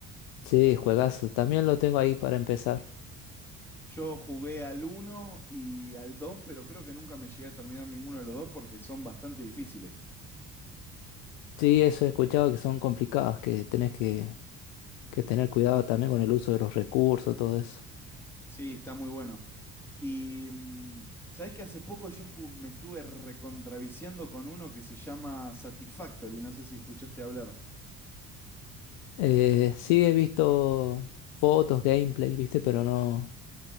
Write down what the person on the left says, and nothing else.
Sí, juegazo. También lo tengo ahí para empezar.
Sí, eso he escuchado que son complicados, que tenés que, que tener cuidado también con el uso de los recursos, todo eso.
Eh, sí, he visto fotos, gameplay, viste, pero no,